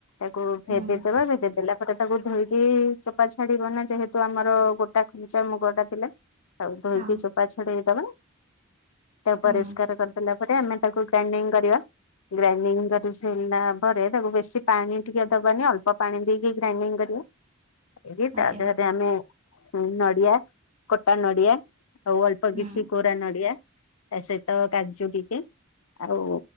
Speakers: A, on the left; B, on the right.
A: ତାକୁ
B: ହୁଁ
A: ଭେଦେଇ
B: ହୁଁ
A: ଦବା ଭେଦେଇ ଦେଲା <unintelligible> ଧୋଇକି ଚୋପା ଛାଡିିବ ନା ଯେହେତୁ ଆମର ଗୋଟା <unintelligible> ମୁଗ ଟା ଥିଲା। ତାକୁ ଧୋଇକି
B: ହଁ
A: ଚୋପା ଛଡେଇଦବା ତାକୁ ପରିଷ୍କାର
B: ହୁଁ
A: କରିଦେଲା ଏପଟେ ଆମେ ତାକୁ ଗ୍ରାଇଣ୍ଡିଙ୍ଗ୍ କରିବା ଗ୍ରାଇଣ୍ଡିଙ୍ଗ୍ କରି ସାରିଲା ପରେ ତାକୁ ବେଶୀ ପାଣି ଟିକେ ଦବାନି ଅଳ୍ପ ପାଣି ଦେଇକି ଗ୍ରାଇଣ୍ଡିଙ୍ଗ୍ କରିବା <unintelligible> ତା
B: ଆଜ୍ଞା
A: ଦେହରେ ଆମେ ହୁଁ- ନଡିଆ କଟା ନଡିଆ ଆଉ ଅଳ୍ପ
B: ହୁଁ।
A: କିଛି କୋରା ନଡିଆ ତାସହିତ କାଜୁ ଟିକେ ଆଉ